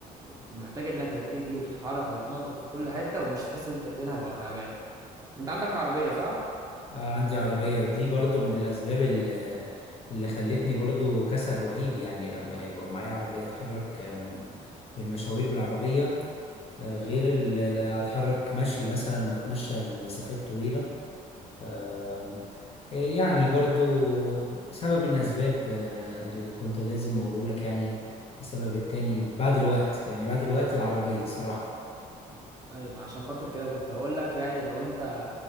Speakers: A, on the right; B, on the left.
A: محتاج انك تجري وتتحرك وتتنطط في كل حتة ومش تحس ان انت بتنهج ولا تعبان انت عندك عربية صح؟
B: آه، عندي عربية ودي برضو من الأسباب اللي, اللي خلتني برضو كسل رهيب يعني لما يبقى معايا عربية أتحرك آم، بالمشاوير بالعربية آه، غير اللي أتحرك مشي مثلا وأتمشى لمسافات طويلة آم، يعني برضو سبب من الأسباب آه، اللي كنت لازم أقوله لك يعني السبب التاني بعد الوقت يعني بعد الوقت العربية الصراحة
A: طيب ما عشان خاطر كده كنت هقول لك يعني لو انت